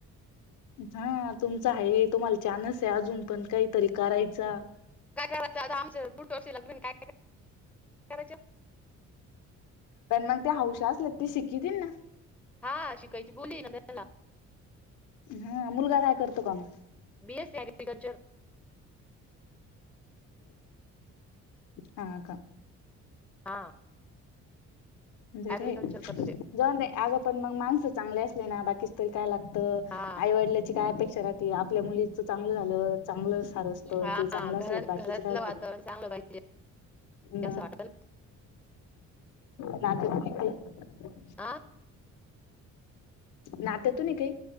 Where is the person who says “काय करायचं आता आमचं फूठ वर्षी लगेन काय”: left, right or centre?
Centre